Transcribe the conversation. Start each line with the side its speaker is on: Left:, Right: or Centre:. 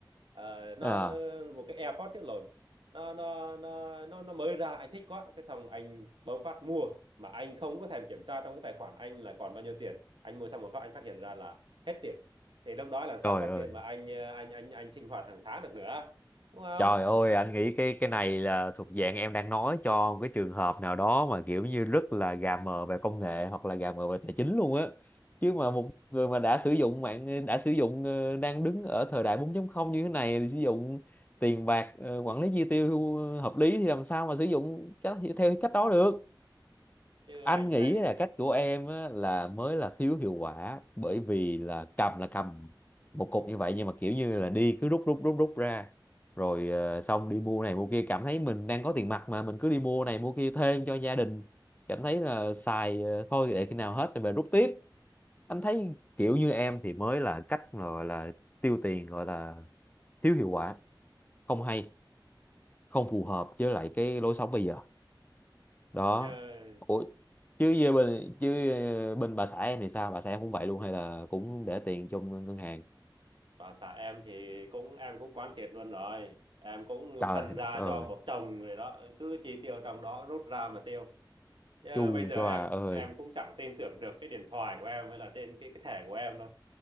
Right: Ờ, nó
Left: à
Right: một cái AirPod chứ lộn nó nó nó nó nó mới ra anh thích quá cái xong anh bấm phát mua mà anh không có thèm kiểm tra trong cái tài khoản anh là còn bao nhiêu tiền anh mua xong một phát anh phát hiện ra là hết tiền thì lúc đó làm sao
Left: trời
Right: còn
Left: ơi
Right: tiền mà anh ờ, anh anh anh sinh hoạt hàng tháng được nữa đúng không
Left: Trời ơi, anh nghĩ cái cái này là thuộc dạng em đang nói cho một cái trường hợp nào đó mà kiểu như rất là gà mờ về công nghệ hoặc là gà mờ về tài chính luôn á. Chứ mà một người mà đã sử dụng mạng đã sử dụng ờ, đang đứng ở thời đại 4.0 như thế này thì sử dụng tiền bạc ờ, quản lý chi tiêu ờ, hợp lý thì làm sao mà sử dụng cách, theo cách đó được
Right: chứ
Left: anh
Right: anh
Left: nghĩ
Right: thấy
Left: là cách của em á, là mới là thiếu hiệu quả bởi vì là cầm là cầm một cục như vậy nhưng mà kiểu như là đi cứ rút rút rút rút ra rồi ờ, xong đi mua này mua kia cảm thấy mình đang có tiền mặt mà mình cứ đi mua này mua kia thêm cho gia đình cảm thấy là xài ờ, thôi để khi nào hết thì về rút tiếp anh thấy kiểu như em thì mới là cách mà gọi là tiêu tiền gọi là thiếu hiệu quả không hay không phù hợp với lại cái lối sống bây giờ đó
Right: trời
Left: ủa chứ với bên chứ ờ, bên bà xã em thì sao bà xã em cũng vậy luôn hay là cũng để tiền trong ngân hàng
Right: bà xã em thì cũng em cũng quán triệt luôn rồi em cũng
Left: trời
Right: phân
Left: đất
Right: ra
Left: ơi
Right: cho một chồng người đó cứ chi tiêu trong đó rút ra mà tiêu chứ
Left: chu
Right: bây giờ
Left: cho
Right: em
Left: à ơi
Right: em cũng chẳng tin tưởng được cái điện thoại của em hay là trên cái cái thẻ của em đâu